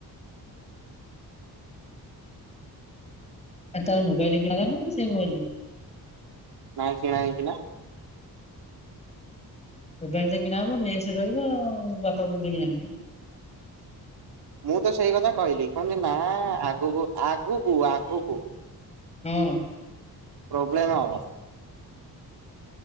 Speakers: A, on the left (about 15°); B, on the right (about 80°).
A: ଆ ତାର ମୋବାଇଲି କିଣା ନା ସେ ମୋବାଇଲି।
B: ନାଇଁ କିଣା ହେଇଚି ନା।
A: ମୋବାଇଲି ଟେ କିଣା ହବ ମେସ ରହିବ ଆଉ ବାପାକୁ କିଣି ଆଣିବେ
B: ମୁଁ ତ ସେଇ କଥା କହିଲି କୁହନ୍ତି ନା ଆଗକୁ ଆଗକୁ ଆଗକୁ
A: ହୁଁ।
B: ପ୍ରୋବ୍ଲେମ୍ ହବ।